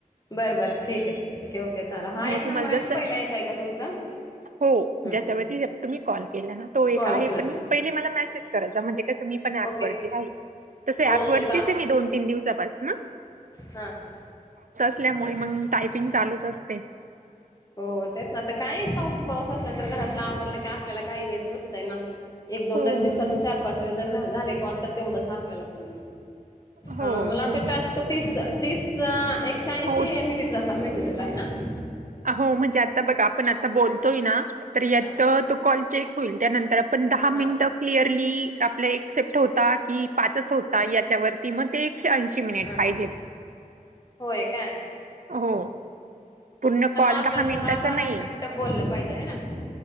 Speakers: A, on the left; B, on the right.
A: बरं बरं ठीक आहे ठीक आहे ओके चाला हा
B: हो,
A: एक
B: तुम्हाला
A: नंबर आहे
B: जसं
A: पहिला एक आहे का तुमचा
B: हो
A: हम्म
B: ज्याच्यावरती तुम्ही कॉल केला ना तो
A: कॉल
B: एक आहे
A: केला
B: पण पहिले मला मेसेज कराय जा म्हणजे कस
A: ओके
B: वती तस
A: ओके
B: प वरतीच आहे मी दोन तीन दिवसापास ना
A: हा हा हा
B: असल्यामुळे मग टायपिंग चालूच असते
A: हो तेच ना तर काय पाऊस पावस असल्यानंतर घरातला आवडलं की आपल्याला काही हेच नसतंय ना एक दोन
B: हो,
A: जर दिवसातून
B: मग
A: चार पाच वेळ जर झाले कॉल तर तेवढंच आपल्याला पण
B: हो,
A: मला वाटत
B: मग
A: टस् तीस तीस एकशऐंशी
B: हो
A: मी ेट दित आहे ना
B: हो म्हणजे आता बघा आपण आता बोलतोय ना तर यात
A: हां
B: तो कॉल चेक होईल त्यानंतर पण दहा मिनिटं
A: हां
B: क्लिअरली आपला एक्सेप्ट होता की पाचच होता याच्यावरती मग ते एकशे ऐंशी मिनिट
A: हां
B: पाहि
A: होय का
B: हो पूर्ण कॉल
A: आपल्याला
B: दहा मिनिटाचा
A: बारा
B: नाही
A: मिनिटं बोललं पाहिजे आहे ना